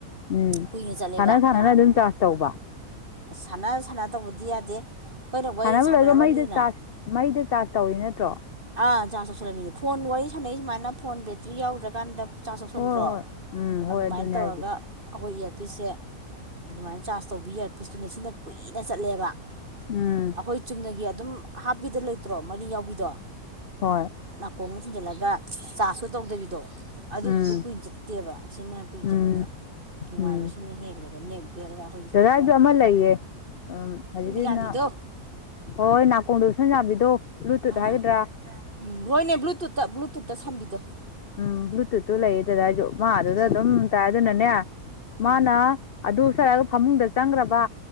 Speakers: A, on the left; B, on the right.
A: ꯎꯝ
B: ꯀꯨꯏꯅ ꯆꯠꯂꯦꯕ
A: ꯁꯥꯟꯅ ꯁꯥꯟꯅꯅ
B: ꯈꯥꯡꯉꯦꯕ
A: ꯑꯗꯨꯝ ꯆꯥꯖ ꯇꯧꯕ
B: ꯁꯥꯟꯅ ꯁꯥꯟꯅ ꯇꯧꯕꯗꯤ ꯌꯥꯗꯦ ꯑꯩꯈꯣꯏꯅ ꯋꯥꯔꯤ
A: ꯁꯥꯟꯅꯕ
B: ꯁꯥꯟꯅꯔꯝꯃꯅꯤꯅ
A: ꯂꯣꯏꯒ ꯃꯩꯗ ꯆꯥꯔꯁ ꯃꯩꯗ ꯆꯥꯔꯁ ꯇꯧꯔꯤ ꯅꯠꯇ꯭ꯔꯣ
B: ꯑꯥ ꯆꯥꯁ ꯇꯧꯁꯜꯂꯝꯃꯤꯅꯦ ꯐꯣꯟ ꯋꯥꯔꯤ ꯁꯥꯟꯅꯩ ꯁꯨꯃꯥꯏꯅ ꯐꯣꯟ ꯕꯦꯇ꯭ꯔꯤ ꯌꯥꯎꯗ꯭ꯔꯀꯥꯟꯗ ꯆꯥꯁ ꯊꯧꯁꯤꯜꯂꯝꯗ꯭ꯔꯣ
A: ꯍꯣꯏ ꯍꯣꯏ ꯎꯝ ꯍꯣꯏ
B: ꯑꯗꯨꯃꯥꯏꯅ
A: ꯑꯗꯨꯅꯦ
B: ꯇꯧꯔꯒ
A: ꯍꯥꯏꯁꯦ
B: ꯑꯩꯈꯣꯏ ꯏꯌꯥꯔꯄꯤꯁꯁꯦ ꯑꯗꯨꯃꯥꯏꯅ ꯆꯥꯔꯖ ꯇꯧꯕꯤ ꯏꯌꯥꯔꯄꯤꯁꯇꯨꯅꯦ ꯁꯤꯅ ꯀꯨꯏꯅ ꯆꯠꯂꯦꯕ
A: ꯎꯝ
B: ꯑꯩꯈꯣꯏ ꯆꯨꯝꯅꯒꯤ ꯑꯗꯨꯝ ꯍꯥꯞꯄꯤꯗ ꯂꯩꯇ꯭ꯔꯣ ꯃꯔꯤ ꯌꯥꯎꯕꯤꯗꯣ
A: ꯍꯣꯏ
B: ꯅꯥꯀꯣꯝꯗ ꯊꯤꯟꯖꯤꯜꯂꯒ ꯆꯥꯁꯁꯨ ꯇꯧꯗꯕꯤꯗꯣ ꯑꯗꯨꯗꯨꯁꯨ
A: ꯎꯝ
B: ꯀꯨꯏꯅ ꯆꯠꯇꯦꯕ ꯁꯤꯅ ꯀꯨꯏꯅ
A: ꯎꯝ
B: ꯆꯠꯂꯦꯕ ꯅꯨꯡꯉꯥꯏꯕꯁꯤꯅ
A: ꯎꯝ
B: ꯍꯦꯜꯂꯦꯕ ꯅꯦꯛ ꯕꯦꯜꯒ ꯑꯩꯈꯣꯏꯒꯤ ꯁꯨꯃꯥꯏꯅ
A: ꯑꯩꯖꯨ ꯑꯃ ꯂꯩꯌꯦ ꯎꯝ ꯍꯧꯖꯤꯛꯀꯤꯁꯤꯅ
B: ꯌꯥꯟꯕꯤꯗꯣ
A: ꯍꯣꯏ ꯍꯣꯏ ꯅꯥꯀꯣꯡꯗ ꯎꯞꯁꯟ ꯆꯕꯤꯗꯣ ꯕ꯭ꯂꯨꯇꯨꯠ
B: ꯑꯥ
A: ꯍꯥꯏꯒꯗ꯭ꯔꯥ
B: ꯎꯝ ꯍꯣꯏꯅꯦ ꯕ꯭ꯂꯨꯇꯨꯠꯇ ꯕ꯭ꯂꯨꯇꯨꯠꯇ ꯁꯝꯕꯤꯗꯣ
A: ꯎꯝ ꯕ꯭ꯂꯨꯇꯨꯠꯇꯨ ꯂꯩꯌꯦ ꯗꯥꯗꯥꯖꯨ ꯃꯥ ꯑꯗꯨꯗ
B: ꯎꯝ
A: ꯑꯗꯨꯝ ꯇꯥꯏ ꯑꯗꯨꯅꯅꯦ ꯃꯥꯅ
B: ꯎꯝ
A: ꯑꯗꯨ ꯎꯞꯁꯜꯂꯒ ꯐꯃꯨꯡꯗ ꯆꯪꯈ꯭ꯔꯕ